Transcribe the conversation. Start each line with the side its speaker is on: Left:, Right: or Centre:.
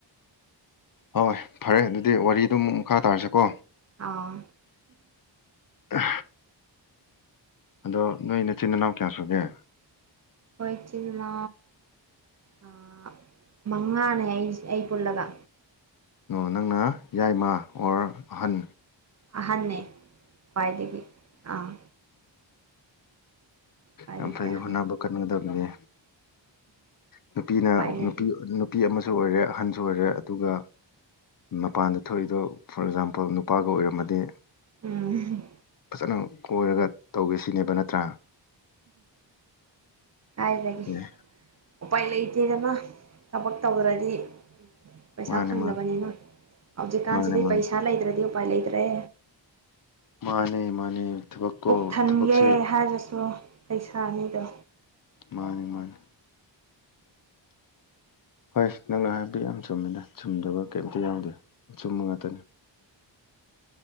Left: ꯍꯣꯏ ꯐꯔꯦ ꯑꯗꯨꯗꯤ ꯋꯥꯔꯤꯗꯨꯣ ꯑꯃꯨꯛ ꯃꯈꯥ ꯇꯥꯔꯁꯤꯀꯣ
Right: ꯑꯥ
Left: ꯑ ꯑꯗꯣ ꯅꯣꯏ ꯅꯆꯤꯟ ꯏꯅꯥꯎ ꯀꯌꯥ ꯁꯨꯒꯦ
Right: ꯍꯣꯏ ꯆꯅ ꯑ ꯃꯉꯥꯅꯦ ꯑꯩ ꯑꯩ ꯄꯨꯜꯂꯒ
Left: ꯑꯣ ꯅꯪꯅ ꯌꯥꯏꯃ ꯑꯣꯔ ꯑꯍꯟ
Right: ꯑꯍꯟꯅ ꯈ꯭ꯋꯥꯏꯗꯒꯤ ꯑꯥ ꯈ꯭ꯋꯥꯏꯗꯒꯤ
Left: ꯑ ꯑ
Right: ꯑꯍꯟꯅꯦ
Left: ꯍꯅꯥꯕ ꯀꯥꯟꯒꯗꯕꯅꯦ ꯅꯨꯄꯤꯅ
Right: ꯎꯄꯥꯏ ꯂꯩ
Left: ꯅꯨꯄꯤ ꯅꯨꯄꯤ ꯑꯃꯁꯨ ꯑꯣꯏꯔꯦ ꯑꯍꯟꯁꯨ ꯑꯣꯏꯔꯦ ꯑꯗꯨꯒ ꯃꯄꯥꯟꯗ ꯊꯣꯛꯏꯗꯣ ꯐꯣꯔ ꯑꯦꯛꯖꯥꯝꯄꯜ ꯅꯨꯄꯥꯒ ꯑꯣꯏꯔꯝꯃꯗꯤ
Right: ꯎꯝ
Left: ꯐꯖꯅ ꯀꯣꯏꯔꯒ ꯇꯧꯒꯦ ꯁꯤꯅꯦꯕ ꯅꯠꯇ꯭ꯔꯥ
Right: ꯀꯖꯗꯒꯤꯦ
Left: ꯑꯦ
Right: ꯎꯄꯥꯏ ꯂꯩꯇꯦꯗꯅ ꯊꯕꯛ ꯇꯧ꯭ꯔꯗꯤ ꯄꯩꯁꯥ
Left: ꯃꯥꯅꯦ
Right: ꯐꯪꯗꯕꯅꯤꯅ
Left: ꯃꯥꯅꯦ
Right: ꯍꯧꯖꯤꯛꯀꯥꯟꯁꯤꯗꯤ
Left: ꯃꯥꯅꯦ ꯃꯥꯅꯦ
Right: ꯄꯩꯁꯥ ꯂꯩꯇ꯭ꯔꯗꯤ ꯄꯂꯤꯗ꯭ꯔꯦ
Left: ꯃꯥꯅꯦ ꯃꯥꯅꯦ ꯊꯕꯛꯀꯣ
Right: ꯄꯨꯛꯊꯟꯒꯦ
Left: ꯊꯕꯛꯁꯦ
Right: ꯍꯥꯏꯔꯁꯨ ꯄꯩꯁꯥꯅꯤꯗꯣ
Left: ꯃꯥꯅꯤ ꯃꯥꯅꯦ ꯍꯣꯏ ꯅꯪꯅ ꯍꯥꯏꯕꯤꯌ ꯌꯥꯝ ꯆꯨꯝꯃꯤꯗ ꯆꯨꯝꯗꯕ ꯀꯩꯝꯇ ꯌꯥꯎꯗꯦ ꯁꯨꯝꯕ ꯉꯥꯛꯇꯅꯦ